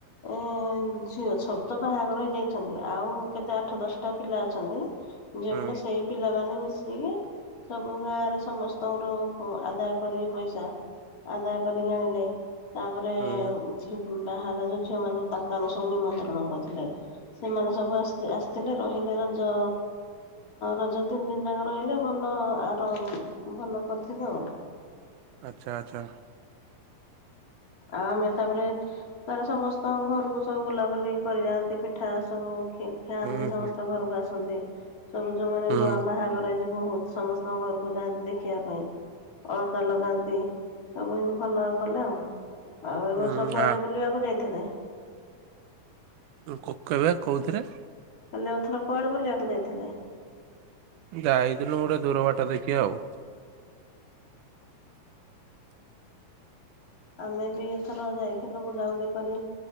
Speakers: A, on the left; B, on the right.
A: ଉଁ ଝିଅ ଛ। ତ ବାହାଘର ହେଇଯାଇଛନ୍ତି ଆଉ। କେତେ ଆଠ ଦଶ ଟା ପିଲା ଅଛନ୍ତି। ଯେ
B: ହୁଁ
A: <unintelligible> ସେଇ ପିଲାମାନେ <unintelligible> <unintelligible> ସବୁ ଗାଁରେ ସମସ୍ତଙ୍କ ଠୁ ମୁ ଆଦାୟ କରିକି ପଇସା ଆଦାୟ କରି ଆଣିଲେ। ତା ପରେ <unintelligible>
B: ହୁଁ
A: ବାହା ହେଲା ଯେଉ ଝିଅ ମାନଙ୍କୁ ତାଙ୍କୁ ଆମେ ସବୁ ନିମନ୍ତ୍ରଣ କରିଥିଲେ ସେମାନେ ସବୁ ଆସି ଆସିଥିଲେ ରହିଲେ ରଜ ରଜ ତିନି ଯାକ ରହିଲେ ଭଲ ଆର ଭଲ କରିଥିଲୁ ଆ
B: ଆଚ୍ଛା ଆଚ୍ଛା।
A: ଆଉ ଆମେ ତାପରେ ତାର ସମସ୍ତଙ୍କ ଘରକୁ ସବୁ ବୁଲାବୁଲି କରିଯାଆନ୍ତି ପିଠା ସବୁ ଖାଆନ୍ତି
B: ହୁଁ
A: ସମସ୍ତ
B: ହୁଁ
A: ଘରକୁ ଆସନ୍ତି ସବୁ ଯୋଉମାନେ
B: ହୁଁ।
A: ନୂଆ ବାହାଘର ହେଇ <unintelligible> ବହୁତ ସମସ୍ତଙ୍କ ଘରକୁ ଯାଆନ୍ତି ଦେଖିବା ପାଇଁ ଅଳତା ଲଗାନ୍ତି ସବୁ ଏମିତି ଭଲ କଲେ ଆଉ ଆଉ ଏ
B: ହୁଁ
A: ବର୍ଷ କୁଆଡେ
B: ଆ
A: ବୁଲିବାକୁ ଯାଇଥିଲେ।
B: କୋକାବେ କୋଉଥିରେ।
A: ହେଲେ ଏଥର କୁଆଡେ ବୁଲିବାକୁ ଯାଇଥିଲେ।
B: ଯାଇଥିଲୁ ଗୋଟେ ଦୂର ବାଟ ଦେଖି ଆଉ
A: ଆମେ ବି ଏଥର ଯାଇଥିଲୁ ବୁଲାବୁଲି କରି